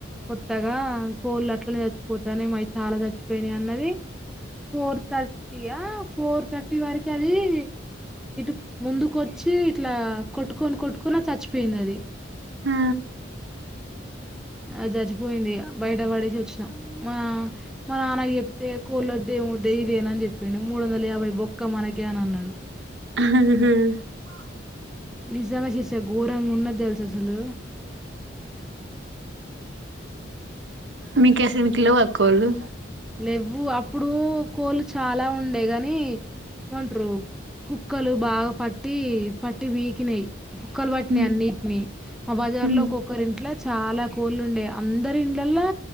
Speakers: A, in the centre; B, on the right (about 65°).
A: కొత్తగా కోళ్ళు అట్లు చచ్చిపోతానే మవి చాలా చచ్చిపోయినాయి అన్నది ఫోర్ థర్టీయా ఫోర్ థర్టీ వరకి అది ఇటు ముందుకు వచ్చి ఇట్లా కొట్టుకొని కొట్టుకొని చచ్చిపోయింది అది
B: ఆ
A: ఆ చచిపోయింది ఇ బయట పడేసి వచ్చినాం మా మా నాన్న చెప్తే కోళొద్ద వద్ద ఇదేన అని చెప్పిండు మూడు వందల యాభై బొక్క మనకే అని అన్నాడు
B: హ
A: నిజంగా చేసా ఘోరంగా ఉన్న తెలుసు అసలు
B: మీకు అసలుకి లేవా కోళ్లు
A: లేవ్వు అప్పుడు కోళ్ళు చాలా ఉండే గాని ఉంటారు కుక్కలు బాగా పట్టి పట్టి వీకినాయి కుక్కలు వాటిని
B: ఉమ్
A: అన్నిటిని మా బజార్
B: ఉమ్
A: లో ఒొక్కరి ఇంట్లో చాలా కోళ్ళు ఉండే అందరి ఇంలలా